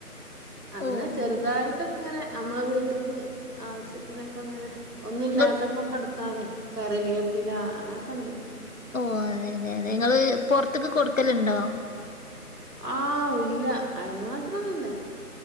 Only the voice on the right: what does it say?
അങ്ങനെ
ചെറുതായിട്ടൊക്കെങ്ങനെ
നമ്മളെ വീട്ടിക്ക് ആവശ്യത്തിനൊക്കെങ്ങനെ ഒന്നും ഇല്ലാത്തപ്പം
കടക്കാന് കറിവേപ്പില അങ്ങനൊക്കെണ്ട്
ആ ഔ ഇല്ല അയിന് മാത്രൊന്നില്ല